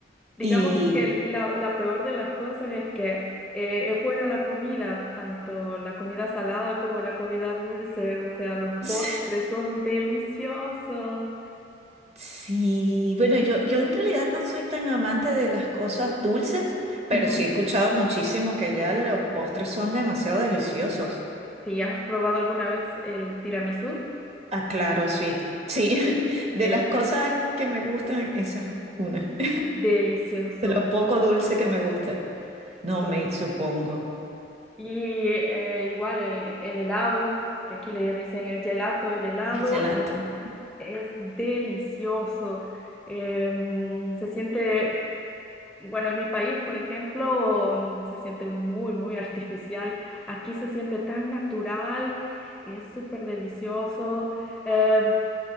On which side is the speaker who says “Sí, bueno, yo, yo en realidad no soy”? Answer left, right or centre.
Right